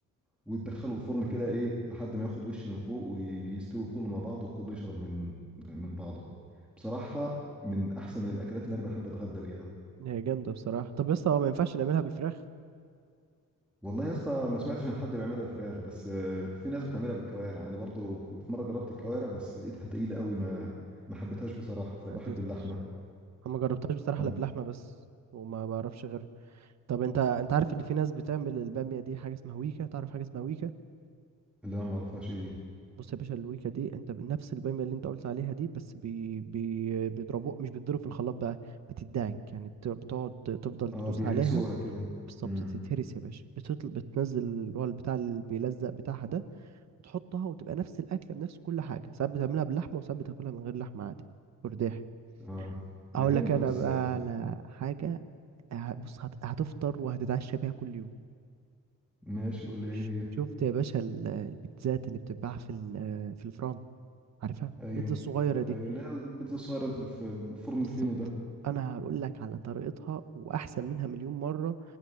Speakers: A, in the centre; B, on the right.
A: وتدخله الفرن كده ايه لحد ما ياخد وش من فوق ويستوي كله مع بعضه وكله يشرب من من بعضه بصراحة من احسن الاكلات اللي انا بحب اتغدى بيها
B: هي جامدة بصراحة طب بس هو ما ينفعش نعملها بالفراخ
A: والله يا اسطى ما سمعتش عن حد بيعملها بفراخ بس آه، في ناس بتعملها بالكوارع انا برضو في مره جربت الكوارع بس لقيتها تقيله قوي ما ما حبيتهاش بصراحه فبحب
B: ما قدرتش
A: اللحمه
B: انا ما جربتهاش بصراحة
A: اه
B: الا بلحمة بس وما بعرفش غير طب انت انت عارف اللي في ناس بتعمل البامية دي حاجة اسمها ويكا تعرف حاجة اسمها ويكا
A: لا ما اعرفهاش ايه دي
B: بص يا باشا الويكا دي انت ب- نفس البامية اللي انت قلت عليها دي بس بي بي بيضربوه مش بيتضرب في الخلاط بقى بتدعك يعني بت- بتقعد تفضل
A: اه
B: تدوس
A: بيهرسوها
B: عليها
A: كده
B: بالظبط
A: امم
B: تتهرس يا باشا بتطل... بتنزل اللي هو البتاع اللي بيلزق بتاعها ده وتحطها وتبقى نفس الاكله بنفس كل حاجه ساعات بتعملها باللحمه وساعات بتاكلها من غير لحمه عادي فرداح
A: اه
B: اقول
A: هي جامده
B: لك انا
A: بس
B: بقى
A: آه،
B: على حاجه ه- بص هت- هتفطر وهتتعشى بيها كل يوم
A: ماشي قول لي
B: ش-
A: ايه هي
B: شفت يا باشا ال- البيتزات اللي بتتباع في ال- في الفرن عارفها
A: ايوه
B: البيتزا الصغيره دي
A: ايوه لا البيتزا الصغيره اللي في الفرن
B: بالظبط
A: الفينو ده
B: انا هقول لك على طريقتها واحسن منها مليون مره